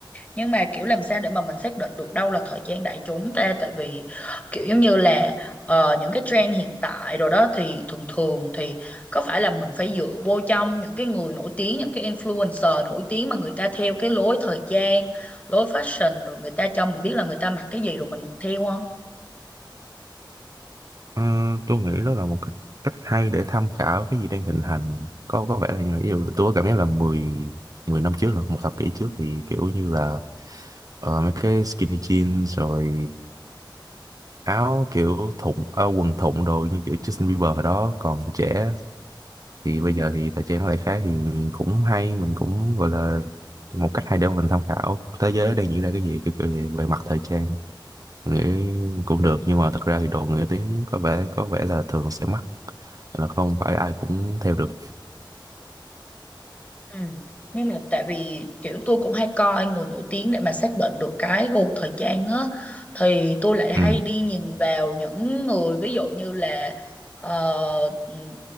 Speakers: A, on the left (about 20°); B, on the right (about 45°).
A: Nhưng mà kiểu làm sao để mà mình xác định được đâu là thời trang đại chúng ta tại vì kiểu giống như là ờ, những cái trend hiện tại rồi đó thì thường thường thì có phải là mình phải dựa vô trong những cái người nổi tiếng những cái influencer nổi tiếng mà người ta theo cái lối thời trang lối fashion rồi người ta cho mình biết là người ta mặc cái gì rồi mình mặc theo không?
B: Ờ, tôi nghĩ đó là một cách, cách hay để tham khảo cái gì đang thịnh hành có có vẻ là như vậy. ví dụ tôi có cảm giác là 10 10 năm trước hả? một thập kỷ trước thì kiểu như là ờ, mấy cái skinny jeans rồi áo kiểu thụng ờ, quần thụng đồ như kiểu Justin Bieber hồi đó còn trẻ thì bây giờ thì thời trang nó lại khác thì mình cũng hay mình cũng gọi là một cách hay để mà mình tham khảo thế giới đang diễn ra cái gì kiểu kiểu về, về mặt thời trang Mình nghĩ cũng được nhưng mà thật ra thì đồ người tiếng có vẻ có vẻ là thường sẽ mắc là không phải ai cũng theo được
A: Ừ. Nhưng mà tại vì kiểu tôi cũng hay coi người nổi tiếng để mà xác định được cái gu thời trang á thì tôi lại hay
B: ừ
A: đi nhìn vào những người ví dụ như là ờ, ừm,